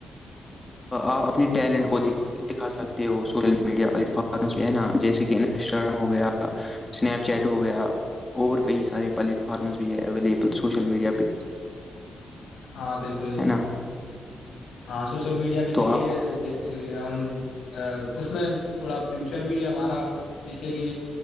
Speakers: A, on the left; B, on the left.
A: آپ اپنی ٹیلنٹ
B: ہاں بالکل
A: کو دکھا سکتے ہو وہ سوشل میڈیا پلیٹ فارم پ ہے نا جیسے کہ نا انسٹاگرام ہو گیا سنیپ چیٹ ہو گیا اور کئی سارے پلیٹ فارمز بھی آ اییلیبل سوش مڈیا پہ
B: ہاں بالکل
A: ہے نا
B: ہاں سوشل میڈیا کے
A: تو
B: ذریعے
A: آپ کو
B: جیسے کہ ہم اس میں تھوڑا فیوچر بھی ہے ہمارا جس سے کہ